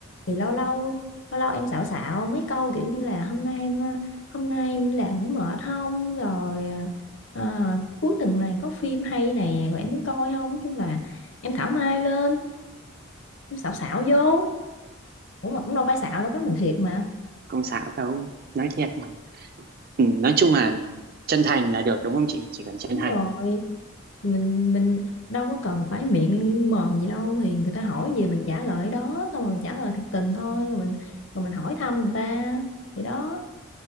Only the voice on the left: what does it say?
thì lâu lâu lâu lâu em xạo xạo mấy câu kiểu như là hôm nay em ờ, hôm nay em đi làm cũng mệt không rồi ờ, cuối tuần này có phim hay này rồi em muốn coi không nói chung là em thảo mai lên em xạo xạo vô ủa mà cũng đâu phải xạo đâu có mình thiệt mà
đúng
rồi
mình mình đâu có cần phải miệng mồm gì đâu thì người ta hỏi gì mình trả lời đó xong rồi mình trả lời thiệt tình thôi rồi mình rồi mình hỏi thăm người ta vậy đó